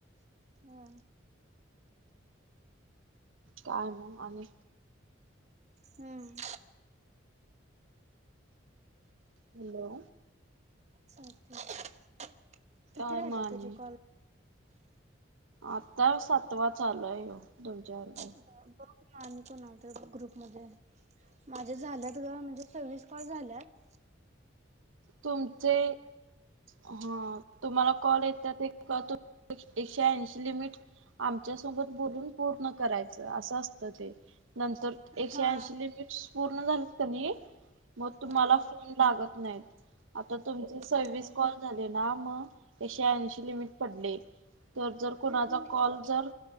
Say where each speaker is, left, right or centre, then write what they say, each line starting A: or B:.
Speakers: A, on the right; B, on the right.
A: हा
B: काय मग आणि?
A: हम्म
B: हॅलो
A: चालते की, किती
B: काय
A: राहिले
B: म आणि
A: तुझे कॉल?
B: आता सातवा चालूय आहें हा तुमच्या बरोबर.
A: बघ आणि कोण आता ग्रुप मध्ये माझे झाले आहेत ग, म्हणजे सविस कॉल झालेत.
B: तुमचे ह..... तुम्हाला कॉल येत आहेत कीं एकशे ऐंशी लिमिट आमच्यासोबत बोलून पूर्ण करायचं असं असतं ते नंतर एकशे
A: हा
B: ऐंशी लिमिट्स पूर्ण झालेत की नाही, मग तुम्हाला
A: हा
B: फोन लागत नाहीत. आता तुमचे सविस
A: होय
B: कॉल झाले ना, मग एकशे ऐंशी लिमिट पडले. तर जर कुणाचा
A: तेच मी
B: कॉल जर